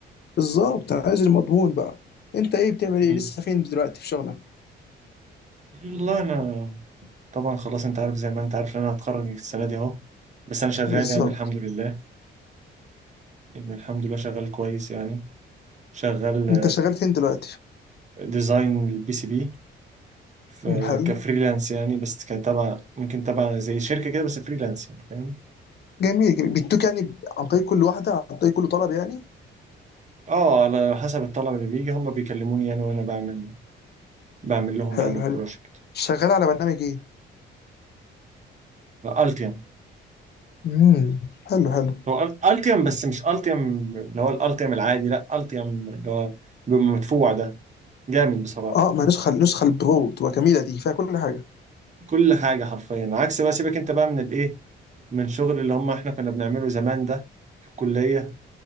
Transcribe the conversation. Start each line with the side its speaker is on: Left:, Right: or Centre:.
Left: بالظبط انا عايز المضمون بقى انت ايه بتعمل
Right: مم.
Left: ايه لسه فين دلوقتي في شغلك
Right: والله انا طبعا خلاص انت عارف زي ما انت عارف ان انا هتخرج السنه دي اهو بس انا شغال
Left: بالظبط
Right: يعني الحمد لله يعني الحمد لله شغال كويس يعني شغال
Left: انت شغال فين دلوقتي
Right: ديزاين البي سي بي ف-
Left: مم، حلو
Right: كفريلانس يعني بس كتبع ممكن تبع زي شركه كده بس فريلانس يعني فاهم
Left: جميل جميل بيدوك يعني عن طريق كل واحده عن طريق كل طلب يعني
Right: اه على حسب الطلب اللي بيجي هم بيكلموني يعني وانا بعمل بعمل لهم
Left: حلو
Right: يعني البروجكت
Left: حلو شغال على برنامج ايه
Right: التيم
Left: امم حلو حلو
Right: هو التيم بس مش التيم اللي هو الالتيم العادي لا التيم اللي هو بيبقى مدفوع ده جامد بصراحه
Left: اه ما نسخه النسخه البرو تبقى جميله دي فيها كل حاجه
Right: كل حاجة حرفيا عكس بقى سيبك انت بقى من الايه من شغل اللي هم احنا كنا بنعمله زمان ده في الكلية